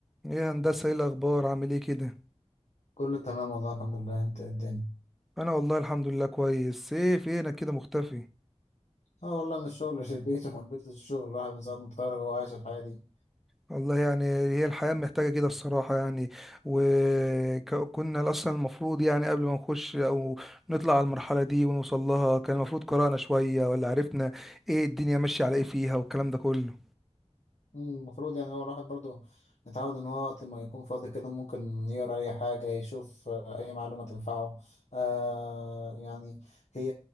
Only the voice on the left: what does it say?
كله تمام والله الحمد لله انت ايه الدنيا
اه والله من الشغل للبيت ومن البيت للشغل الواحد من ساعة ما اتخرج وهو عايش الحياة دي
مم، المفروض يعني هو الواحد برضو متعود ان هو وقت ما يكون فاضي كده ممكن يقرا اي حاجه يشوف آه، اي معلومه تنفعه آه يعني هي